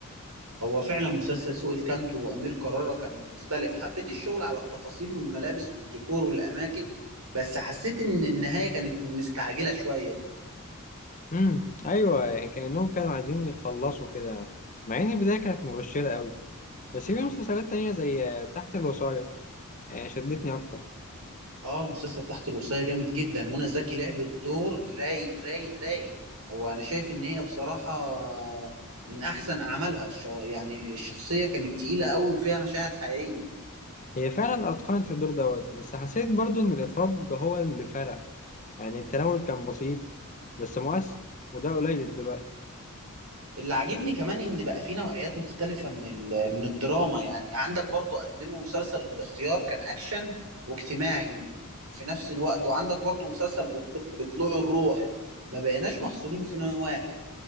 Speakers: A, on the right; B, on the left.
A: هو فعلا مسلسل سوق الكانتو وأمير كرارة كان مختلف حبيت الشغل على التفاصيل والملابس والديكور والأماكن بس حسيت إن النهاية كانت مستعجلة شوية
B: امم ايوه يعني كأنهم كانوا عايزين يخلصوا كده مع ان البداية كانت مبشرة قوي بس في مسلسلات تانية زي آه، تحت الوصاية آه، شدتني اكتر
A: اه مسلسل تحت الوصية جامد جدا منى زكي لعبت دور رايق رايق رايق هو انا شايف ان هي بصراحة من احسن اعمالها الش... يعني الشخصية كانت تقيلة قوي وفيها مشاعر حقيقية
B: هي فعلا اتقنت الدور دوت بس حسيت برضو ان الاخراج هو اللي فرق يعني التناول كان بسيط بس مؤثر وده قليل دلوقتي
A: اللي عاجبني كمان ان بقى في نوعيات مختلفة من ال... من الدراما يعني عندك برضو قدموا مسلسل الاختيار كان اكشن واجتماعي في نفس الوقت وعندك برضو مسلسل بطل... بطلوع الروح ما بقيناش محصورين في نوع واحد